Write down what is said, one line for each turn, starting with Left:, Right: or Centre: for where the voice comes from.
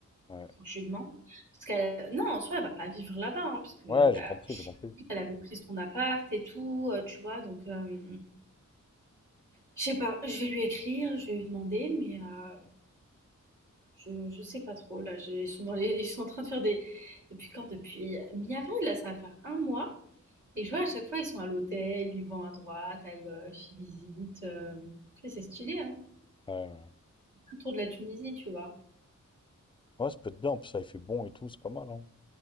Left: Ouais,
Right: Faut que je lui demande. Parce qu'elle, non, en soi, elle va pas vivre là-bas, hein, parce qu'elle
Left: ouais, j'ai
Right: a...
Left: compris, j'ai compris.
Right: elle avait pris son appart et tout, euh, tu vois. Donc, euh, Je sais pas, je vais lui écrire, je vais lui demander, mais euh, je, je sais pas trop. Là, je- ils sont dans les- ils sont en train de faire des. Depuis quand? Depuis mi-avril, là, ça va faire un mois. Et je vois à chaque fois, ils sont à l'hôtel, ils vont à droite, à gauche, ils visitent. euh. Après, c'est stylé, hein.
Left: Ouais, ouais.
Right: Autour de la Tunisie, tu vois.
Left: Ouais, ça peut être bien. En plus, ça, il fait bon et tout, c'est pas mal. Hein.